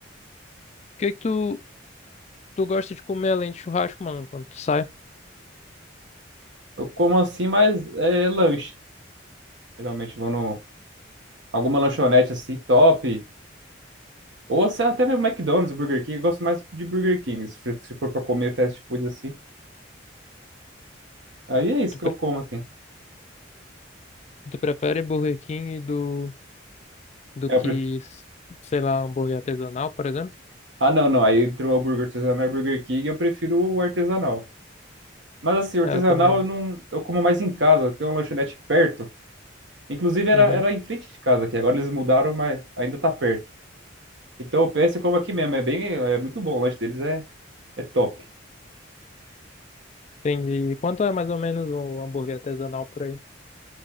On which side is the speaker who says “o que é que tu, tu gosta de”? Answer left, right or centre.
Left